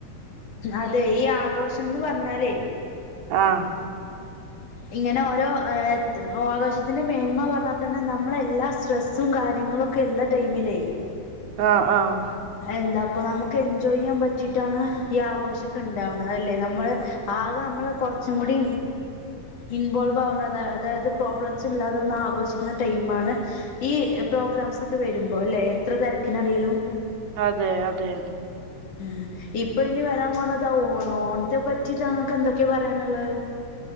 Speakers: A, on the left (about 55°); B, on the right (about 70°).
A: അതെ ഈ ആഘോഷംന്ന് പറഞ്ഞാലെയ്
B: ആഹ്
A: ഇങ്ങനെ ഓരോ ആഘോശത്തിന്റെ മേന്മ പറഞ്ഞാൽ തന്നെ നമ്മള എല്ലാ സ്ട്രെസ്സും കാര്യങ്ങളും ഒക്കെ ഉള്ള ടൈമില്
B: ആഹ് ആഹ്
A: അഎന്താ അപ്പൊ നമുക്ക് എൻജോയ് ചെയ്യാൻ പറ്റിട്ടാണ് ഈ ആഘോഷം ഒക്കെ ഉണ്ടാവ്ണത് അല്ലെ നമ്മള് ആകെ നമ്മള് കൊറച്ചും കൂടി ഇൻവോൾവ് ആവണ അതായത് പ്രോബ്ലംസ് ഇല്ലാതെ ഒന്ന ആഘോഷിക്കുന്ന ടൈണ് ഈ പ്രോഗ്രാംസ് ഒക്കെ വരുമ്പോ അല്ലെ എത്ര തിരക്കിനടയിലും
B: അതെ അതെ
A: ഉം ഇപ്പൊ ഇനി വരാൻ പോണത് ഓണം ഓണത്തെ പറ്റി താങ്ങൾക്ക് എന്തൊക്കെയ പറയാനുള്ളത്